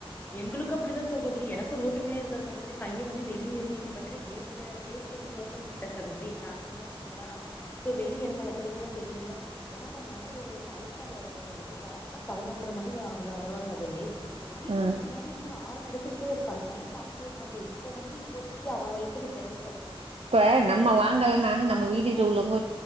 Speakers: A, on the left; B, on the right.
A: எங்களுக்கு அப்டிதான் சகோதரி எனக்கு ரோட்டுமேலே இருக்க சகோதரி பையன் வந்து வெளிய இருந்து எட்டி பக்கத்துல கேட்ல கேட்ல வந்து ஓபன் கேட்டா சகோதரி அங்கங்க இருக்குங்களா சோ வெளிய என்ன நடக்குறதுனு தெரியங்களா என்ன பண்ணுவா ஒரு வந்து ஐஸ்க வருவ சகோதரி கரெக்டபதினொன்றமணி வ வருவ சகோதரி வீட்டுக்கு
B: ஆ
A: முன்னாடி நின்னு ஆறன்னடிச்சி பாத்க்ட்டே இருப்ப அந்த பைய பாத்துகட்டேஇருப்ப இப்ப வந்து இப்போதிக்கு அவன் வயசுகு தெரியில ச
B: இப்ப நம்ம வாங்கலானலும்
A: சாப்புட்ணு
B: நம்ம வீட்டுக்கிட்டஉள்ளவங்க